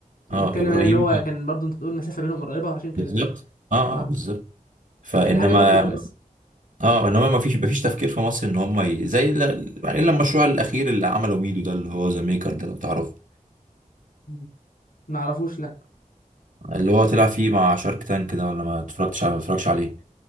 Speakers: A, on the left; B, on the right.
A: انا
B: اه
A: بتكلم
B: ابراهيم
A: يعني اللي هو كان برضه انت بتقول المسافه بينهم قريبه عشان كده
B: بالظبط
A: يعني
B: اه
A: صح
B: اه بالظبط فانما
A: دي حاجه برضه كويسه
B: اه انما ما فيش ما فيش تفكير في مصر ان هم ي- زي ال- يعني الا المشروع الاخير اللي عمله ميدو ده اللي هو ذا ميكر ده لو تعرفه
A: مم. ما اعرفوش لا
B: اللي هو طلع فيه مع شارك تانك ده ولا ما اتفرجتش على ما اتفرجتش عليه